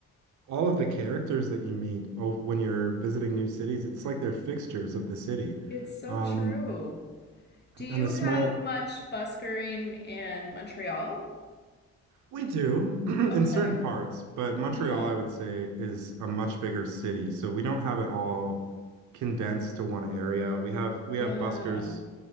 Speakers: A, on the right (about 75°); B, on the left (about 35°).
A: all of the characters that you meet oh, when you're visiting new cities, it's like they're fixtures of the city.
B: It's so
A: Um,
B: true. Do you
A: and a small,
B: have much buskering in Montreal?
A: we do <clears throat> in
B: Okay.
A: certain parts, but Montreal,
B: Yeah.
A: I would say, is a much bigger city. So we don't have it all condensed to one area. We have we
B: Yeah.
A: have buskers